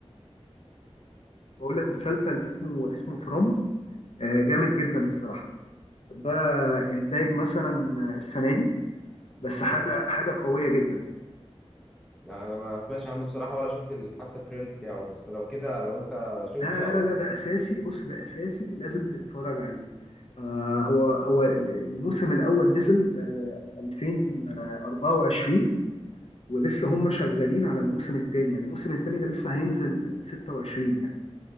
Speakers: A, on the left (about 65°); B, in the centre.
A: بقول لك مسلسل اسمه اسمه فروم آه، جامد جدا الصراحه ده انتاج مثلا السنه دي بس
B: تمام
A: حاجه حاجه قويه جدا
B: لا انا ما سمعتش عنه بصراحه ولا شفت ال- حتى التريل بتاعه بس لو كده لو انت شفته
A: لا
B: او
A: لا لا ده اساسي بص ده اساسي لازم تتفرج عليه آه هو هو الموسم الاول نزل آه 2024 ولسه هم شغالين على الموسم الثاني يعني الموسم الثاني ده لسه هينزل 26 يعني